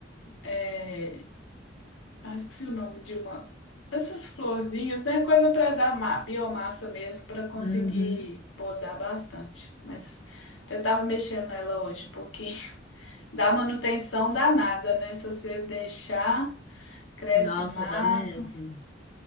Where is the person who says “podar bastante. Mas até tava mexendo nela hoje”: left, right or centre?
Left